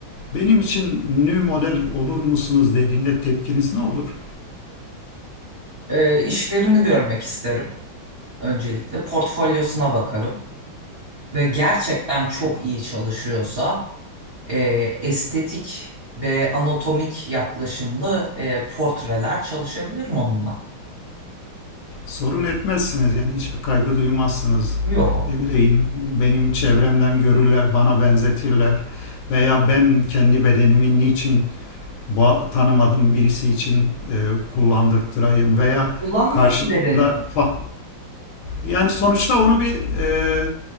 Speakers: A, on the left (about 75°); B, on the right (about 35°).
A: Benim için nü model olur musunuz dediğinde tepkiniz ne olur?
B: E, işlerini görmek isterim. öncelikle portfolyosuna bakarım ve gerçekten çok iyi çalışıyorsa e, estetik ve anatomik yaklaşımlı e, portreler çalışabilir mi onunla.
A: Sorun etmezsiniz yani hiçbir kaygı duymazsınız.
B: Yo,
A: Ne bileyim benim çevremden görürler, bana benzetirler veya ben kendi bedenimin niçin ba- tanımadığım birisi için e, kullandırtırayım veya
B: kullanmıyor
A: karşıda
B: ki bedenimi.
A: fa- yani sonuçta onu bir e,